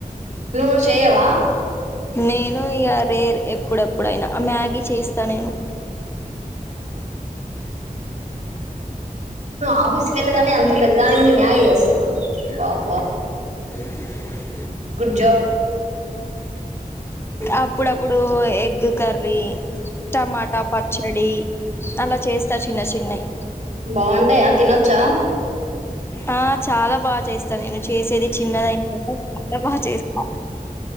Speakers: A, on the right; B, on the left.
A: నువు చేయవా
B: నేను ఇక రేర్ ఎప్పుడెప్పుడయినా మ్యాగీ చేస్తా నేను
A: ఆఫిస్ వెళదా అం పె దానివి అయ్యి ఉండి మ్యాగీ చేస్తావా వావ్ వావ్
B: అ
A: గుడ్ జాబ్
B: అప్పుడప్పుడు ఎగ్ కర్రీ టమాటా పచ్చడి అలా చేస్తా చిన్న చిన్నవి
A: బాగుంటాయా తినొచ్చా
B: ఆ చాలా బా చేస్తా నేను చేసేది చిన్నవి అయినా బగా చేస్తా